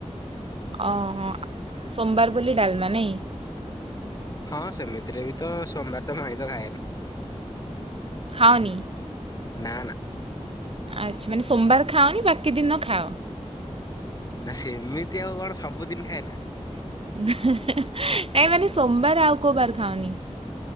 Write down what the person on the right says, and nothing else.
ଅ ହ ସୋମବାର ବୋଲି ଡାଲମା ନାଇଁ।
ଖାଅନି।
ଆଚ୍ଛା ମାନେ ସୋମବାର ଖାଅନି ବାକି ଦିନ ଖାଅ।
ହୁଁ ହୁଁ ନାଇ ମାନେ ସୋମବାର ଆଉ କୋଉ ବାର ଖାଅନି?